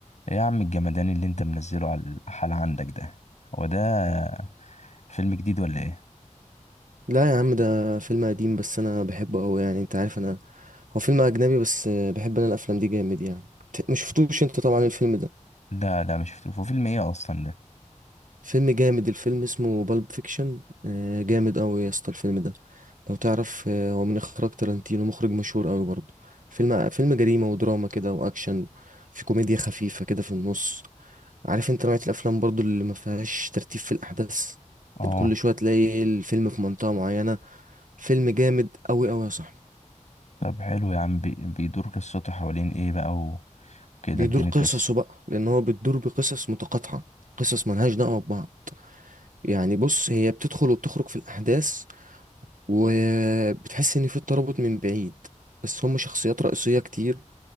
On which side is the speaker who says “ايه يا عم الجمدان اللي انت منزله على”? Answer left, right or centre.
Left